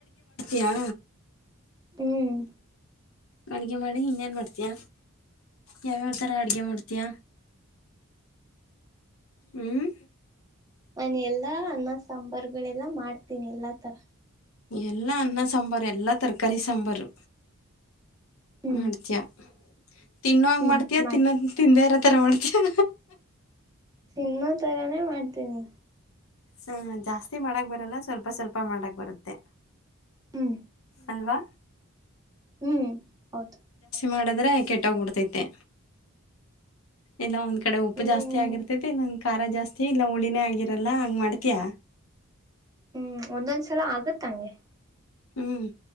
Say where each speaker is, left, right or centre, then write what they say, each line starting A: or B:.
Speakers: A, on the left; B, on the right.
A: ಯಾ.
B: ಹ್ಮ್
A: ಅಡುಗೆ ಮಾಡಿ ಇನ್ನೇನ್ ಮಾಡ್ತೀಯ ಯಾವ್ಯಾವಥರ ಅಡುಗೆ ಮಾಡ್ತೀಯ. ಹ್ಮ್
B: ನಾನು ಎಲ್ಲಾ ಅನ್ನ ಸಾಂಬಾರ್ಗಳೆಲ್ಲಾ ಮಾಡ್ತೀನಿ ಎಲ್ಲಾ ತರ.
A: ಎಲ್ಲಾ ಅನ್ನ ಸಾಂಬಾರು ಎಲ್ಲಾ ತರಕಾರಿ ಸಾಂಬಾರು.
B: ಹ್ಮ್
A: ಮಾಡ್ತಯ ತಿನ್ನ ಹಂಗ
B: ಹ್ಮ್
A: ಮಾಡ್ತಯ
B: ಮಾಡ್ತೀನಿ
A: ತಿನ್ನ ತಿಂದೇ ಇರತ್ತ ತರ ಮಡತ್ರ್ಯ.
B: ತಿನ್ನ ತರಾನೇ ಮಾಡ್ತೀನಿ.
A: ಹ್ಮ ಜಾಸ್ತಿ ಮಾಡಕ್ ಬರಲ್ಲ ಸ್ವಲ್ಪ ಸ್ವಲ್ಪ ಮಾಡಕ್ ಬರುತ್ತೆ.
B: ಹ್ಮ್
A: ಅಲ್ವಾ
B: ಹ್ಮ್ ಹೌದ್
A: ಮಾಡುದ್ರೆ ಕೆಟ್ಟ್ಬಡ್ತೈತೆ ಇಲ್ಲ ಒಂದ್ ಈ ಕಡೆ ಉಪ್ಪು
B: ಹ್ಮ್
A: ಜಾಸ್ತಿ ಆಗಿರ್ತೇತಿ ಇಲ್ಲಂದ ಖಾರ ಜಾಸ್ತಿ ಇಲ್ಲ ಹುಳಿನೇ ಆಗಿರಲ್ಲ ಹಂಗ್ ಮಾಡ್ತಯಾ.
B: ಹ್ಮ್ ಒಂದೊಂದ್ಸಲ ಆಗತ್ತಂಗೆ.
A: ಹ್ಞೂ